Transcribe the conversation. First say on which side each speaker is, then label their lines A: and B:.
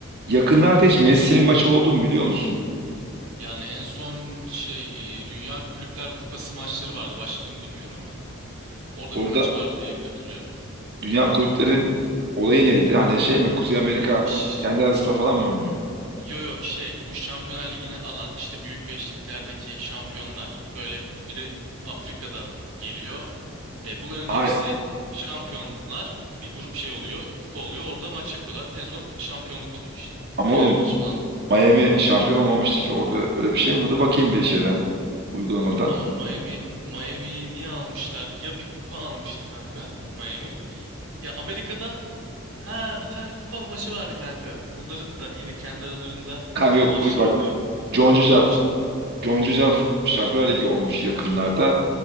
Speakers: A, on the right; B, on the right.
A: Yakınlarda hiç Messi'nin maçı oldu mu biliyor musun?
B: Yani en son şey e, Dünya Kulüpler Kupası maçları vardı. Başladı mı bilmiyorum ama. Orada
A: Orada
B: bir maçı vardı diye bile hatırlıyorum.
A: dünya kulüplerin olayı neydi? Hani şey mi Kuzey Amerika
B: Ş-
A: kendi arasında falan mı oynuyor?
B: Yo yo şey bu Şampiyonlar Ligi'ni alan işte büyük beşliklerdeki şampiyonlar böyle bir de Afrika'dan geliyor. E, bunların
A: Hayır
B: hepsi şampiyonlar bir grup şey oluyor kupa oluyor orada maç yapıyorlar. En son şampiyonluk oluyor işte
A: ama
B: final
A: oğlum
B: maçı falan oluyor.
A: Miami şampiyon olmamıştı ki orada öyle bir şey mi? Dur bakayım bir şeyden uygulamadan.
B: Ama Miami Miami'yi niye almışlardı? Ya bir kupa almıştı kanka Miami. Ya Amerika'dan Ha bir tane kupa maçı vardı kanka. Bunların da yine kendi aralarında
A: Kanka
B: bir
A: yok
B: maçları
A: uy bak
B: oluyor.
A: John
B: Onu
A: Cucaf.
B: almıştı sanırım.
A: John Cucaf Şampiyonlar Ligi olmuş yakınlarda.